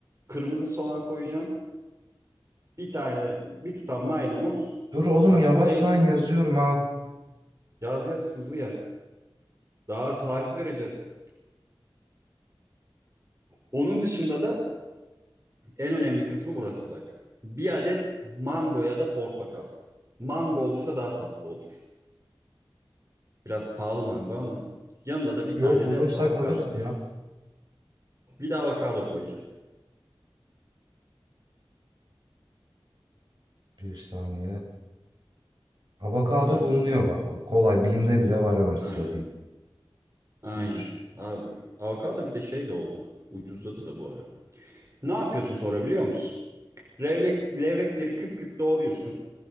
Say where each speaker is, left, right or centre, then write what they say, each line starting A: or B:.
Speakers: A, on the right; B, on the right.
A: kırmızı soğan koyacaksın. Bir tane bir tutam maydanoz.
B: Dur oğlum
A: Bak
B: yavaştan
A: bu en
B: yazıyorum ha.
A: yaz yaz hızlı yaz. Daha tarifi vereceğiz. Onun dışında da en önemli kısmı burası bak. Bir adet mango ya da portakal. Mango olursa daha tatlı olur. Biraz pahalı mango ama yanında da bir
B: Yo
A: tane
B: bulursak
A: de avokado
B: alırız
A: koyacaksın.
B: ya.
A: Bir de avokado koyacaksın.
B: Bir saniye. Avokado
A: Yazdım
B: bulunuyor
A: mı hepsini?
B: bak. Kolay. Bim'de bile var anasını
A: Aynen.
B: satayım.
A: Aynen.
B: Bir.
A: Abi, avokado bir de şey de oldu. Ucuzladı da bu ara. Ne yapıyorsun sonra biliyor musun? Levrek, levrekleri küp küp doğruyorsun.